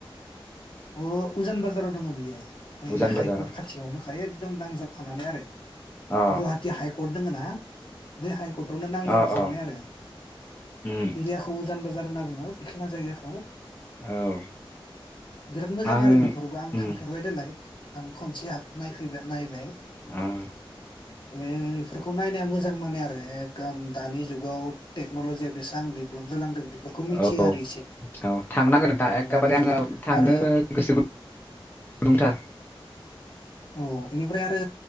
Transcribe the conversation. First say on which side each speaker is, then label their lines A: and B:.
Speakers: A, on the left; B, on the left.
A: अ उजान बाजाराव दङो बियो ए
B: उजान
A: हाइकर्ट
B: बाजाराव
A: खाथियावनोखा ए दम दांजाबखानानै आरो
B: अ
A: गुवाहाटि हाइकर्ट दोङो ना बै हाय कर्टावनो नांजाबखानानै
B: अ अ
A: आरो
B: उम
A: एरियाखौ उजान बाजार होनना बुङो बेखिना जायगाखौ
B: औ
A: बिराद मोजां
B: आं
A: आरो बेफोरावबो आं
B: उम
A: थांफेरबाय नालाय आं खनसे नायफ फैबा नायबाय
B: उम
A: ए इफोरखौ नायनाया मोजां माने आरो एकदम दानि जुगाव टेक्नलजिया बेसेबां डेभेलप जालांदों बेफोरखौ मिथियो
B: औ
A: आरो इसे
B: औ थांनांगोन नोंथां एखेबारे
A: दानि
B: आङो
A: जुगाव
B: थांनो
A: आरो
B: गोसो गुदुंथार
A: औ बेनिफ्राय आरो